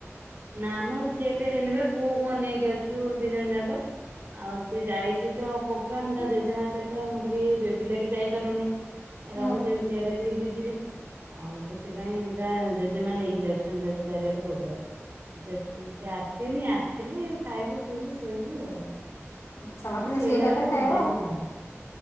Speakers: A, on the right (about 50°); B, on the left (about 80°).
A: ନା ଆମର ଖିଆ ପିଆ ହେଇନି ବା ପୁଅ କୁ ଅନେଇକି ଅଛୁ ଦି ଜଣ ଯାକ। ଆଉ ସିଏ ଯାଇଚି ତ ପୋଗ୍ରାମ
B: ହୁଁ
A: ତା ଜେଜେମା ସହିତ ମୁଁ ଟିକିଏ ବେବି ଲାଗି ଯାଇପାରୁନି।
B: ହୁଁ
A: ରହିଯାଉ ସିଆଡେ ଟିକେ ଦିଦିନି ଆଉ ସେ। ସେପାଇଁ ତା ଜେଜେମା ନେଇକି ଯାଉଚନ୍ତି ତାକୁ ଚାରିଆଡେ ପୋଗ୍ରାମ। ଦେଖିନି ସେ ଆସିନି ଆସିଲେ ଖାଇବୁ ପିଇବୁ ଶୋଇବୁ ଆଉ।
B: ଅ ସମସ୍ତେ
A: ହଁ
B: ମିଶିକି
A: ଶୋଇଲା
B: ଏକାଥରେ
A: ବେଳକୁ
B: ଖାଇବ
A: ଦେଲି
B: ଆଉ
A: ବାର।